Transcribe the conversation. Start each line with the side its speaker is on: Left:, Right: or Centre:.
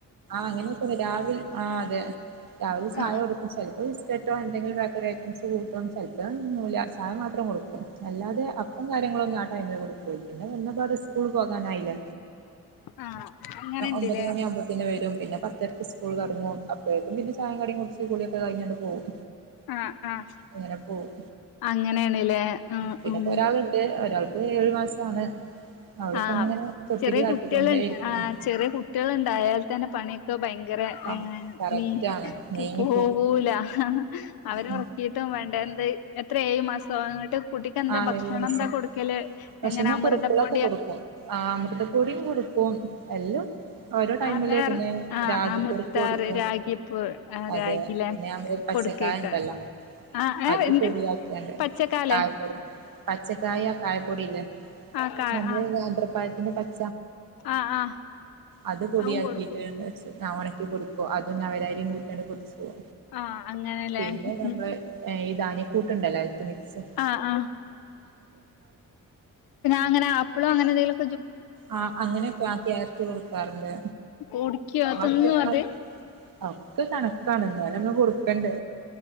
Right: അങ്ങനെയക്കന്ന രാവിലെ ആ അതെ രാവിലെ ചായ
Left: ആഹ്
Right: കൊടുക്കും ചിലപ്പം ബിസ്ക്കറ്റോ എന്തെങ്കിലും ബേക്കറി ഐറ്റംസ് കൂട്ടും ചിലപ്പോ തിന്നൂല ചായ മാത്രം കൊടുക്കും അല്ലാതെ അപ്പ കാര്യ ങ്ങളൊന്നും ആ ആ ടൈമിൽ കുടിക്കൂല പിന്നെ വന്നപാട് സ്കൂൾ പോകാനായില്ല
Left: ആ അങ്ങനെ ഇണ്ട്ല്ലേ
Right: ഒമ്പത് മണിആവുമ്പോത്തിന് വെരും പിന്നെ പത്തരക് സ്കൂൾ തൊടങ്ങും അപ്പയെക്കും പിന്നെ ചായിം കടിം കുട് കുളിയൊക്കെ കഴിഞ്ഞണ്ട് പോവും
Left: ആഹ് ആഹ്
Right: ഇങ്ങനെ പോവും
Left: അങ്ങനെയാണ്ല്ലേ ആഹ്
Right: പിന്നെപ്പോ
Left: ഉം
Right: ഒരാളുണ്ട് ഒരാൾ ഏഴു മാസാണ് അവളിപ്പോ
Left: ആഹ്
Right: ഇങ്ങനെ തൊട്ടിലി
Left: ചെറിയ
Right: ആട്ടിക്കൊണ്ടേ
Left: കുട്ട്യള്
Right: ഇരിക്കാ
Left: ആ ചെറിയ കു കുട്ട്യാള് ണ്ടായാൽ തന്നെ പണിയൊക്കെ ഭയങ്ക ഭര
Right: പാവം കറക്റ്റ്
Left: നീ--ക്ക്
Right: ആണ് നീങ്ങി
Left: പോവൂല ഹ ഹ അവരേ
Right: ഉം.
Left: ഒർ ക്കിയിട്ടും വേ ണ്ടാ ന്തേ എത്ര ഏഴ് മാസൊ അങ്ങട്ട് കുട്ടിക്ക് എന്താ
Right: ആ
Left: ഭക്ഷണം
Right: ഏഴു മാസം
Left: എന്താ കൊടുക്കല്
Right: ഭക്ഷണം
Left: എങ്ങനെ അമൃതപ്പോ
Right: കുറുക്കുകളൊക്കെ കൊടുക്കും അമൃതപ്പൊടിയും കൊടുക്കും എല്ലും ഓരോ ടൈമില്
Left: അതാറ്
Right: പിന്നെ
Left: ആഹ്
Right: രാഗി
Left: ആഹ് മുത്താറ്
Right: കുറുക്കൊ ടുക്കും
Left: രാഗിപ്പൂ ആഹ്
Right: അതെ
Left: രാഗിലെ
Right: പിന്നെ നമ്മള് പച്ചക്കായ
Left: കൊടുക്കേക്കാരം
Right: ഉണ്ടല്ലോ
Left: ആഹ് ഏഹ്
Right: അത്
Left: എന്ത്
Right: പൊടയാക്യാ ണ്ട്
Left: പച്ചക്കാലേ
Right: ആ പച്ചക്കായാ കായ പൊടില്ലെ
Left: ആഹ് കാ
Right: നമ്മളന
Left: ആഹ്
Right: അന്റെ പ
Left: ആഹ് ആഹ്
Right: അത് പൊടിയാക്കിട്ട്
Left: അതും കൊടുക്കും
Right: വെ ഞാൻ ഉണക്കി പൊടിക്കും അതും ഞവര അരിം കൂട്യാണ്ട് പൊടിച്ചു പോ
Left: ആഹ് അങ്ങനെല്ലേ
Right: പിന്നെ നമ്മള്
Left: ഉം
Right: ഏ ഈ ധാന്യ കൂട്ടുണ്ടല്ലോ ഐലിട് മിക്സ് ആ
Left: ആഹ് ആഹ് അങ്ങനെ അപ്പളും അങ്ങനെ എന്തെിലും
Right: ആ അങ്ങനെയൊക്കെ ആ ക്യാാരറ്റ് കൊടുക്കാറുണ്ട്
Left: കുടിക്കോ
Right: ആ
Left: തിന്നോ
Right: അ
Left: അത്
Right: ഒക്കെ കണക്കാണ് എന്നാല നമ്മള് കൊടു ണ്ട്